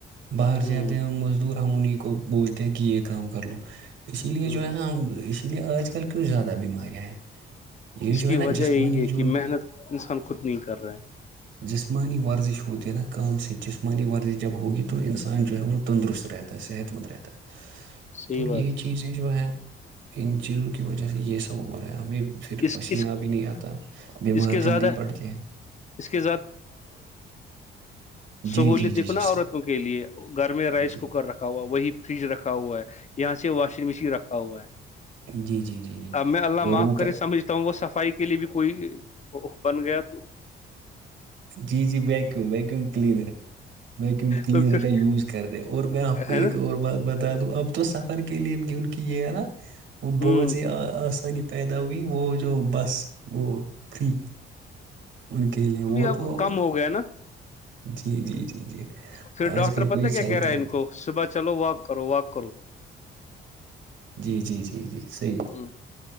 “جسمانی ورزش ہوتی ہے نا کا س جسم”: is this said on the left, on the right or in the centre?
Right